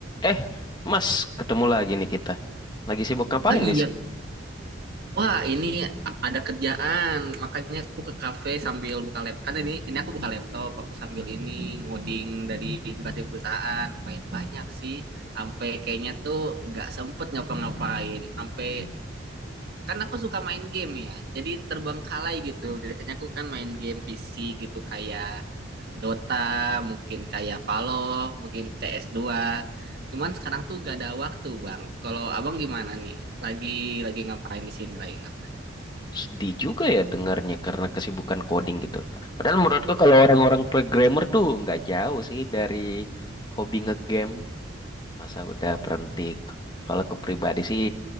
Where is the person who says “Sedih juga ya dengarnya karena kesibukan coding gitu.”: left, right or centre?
Left